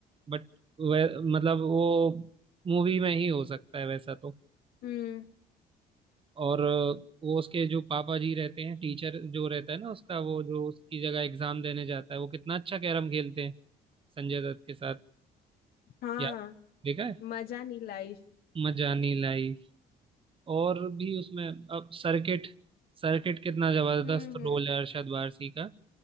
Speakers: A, on the right (about 30°); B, on the left (about 65°).
A: बट वह मतलब वो मूवी में ही हो सकता है वैसा तो
B: हम्म
A: और अ, वो उसके जो पापा जी रहते हैं टीचर जो रहता है ना उसका वो जो उसकी जगह एग्जाम देने जाता है वो कितना अच्छा कैरम खेलते हैं संजय दत्त के साथ
B: हाँ
A: यार देखा है
B: मजा नहीं लाइफ
A: मजानी लाइफ और भी उसमें अब सर्किट सर्किट कितना जबरदस्त
B: हम्म हम्म
A: रोल है अरशद वारसी का